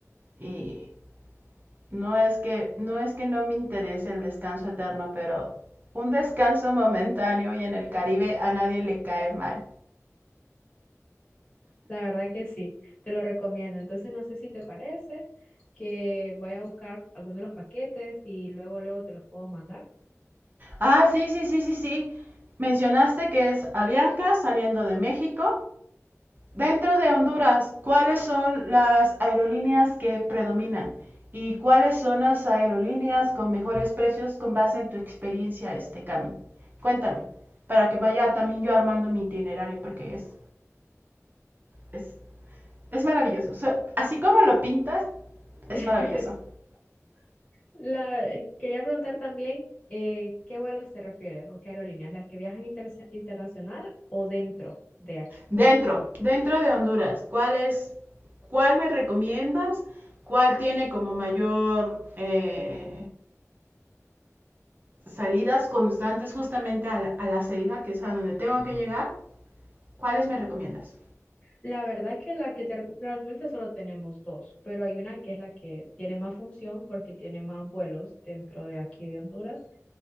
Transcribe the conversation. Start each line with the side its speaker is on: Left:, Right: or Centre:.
Right: y no es que no es que no me interese el descanso eterno, pero un descanso momentáneo y en el Caribe a nadie le cae mal.
Left: La verdad que sí, te lo recomiendo. Entonces, no sé si te parece que voy a buscar alguno de los paquetes y luego, luego te los puedo mandar.
Right: Ah, sí, sí, sí, sí, sí. Mencionaste que es Avianca saliendo de México Dentro de Honduras, ¿cuáles son las aerolíneas que predominan? ¿Y cuáles son las aerolíneas con mejores precios con base en tu experiencia, este Cami? Cuéntame, para que vaya también yo armando mi itinerario, porque es, es, es maravilloso. So- así como lo pintas, es
Left: <laughs>
Right: maravilloso.
Left: La, quería preguntar también eh, qué vuelos te refieres o qué aerolíneas, las que viajan interse- internacional o dentro de aquí.
Right: Dentro, dentro de Honduras, ¿cuál es, cuál me recomiendas? ¿Cuál tiene como mayor eh, salidas constantes justamente a la, a la ceiba, que es a donde tengo que llegar, ¿cuáles me recomiendas?
Left: La verdad que la que te realmente solo tenemos dos, pero hay una que es la que tiene más función porque tiene más vuelos dentro de aquí de Honduras.